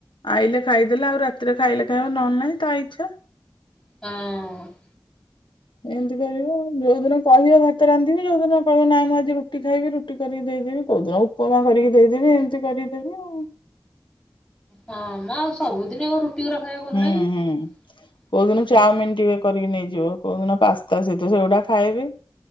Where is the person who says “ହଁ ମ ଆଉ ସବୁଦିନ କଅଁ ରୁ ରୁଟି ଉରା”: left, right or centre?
Centre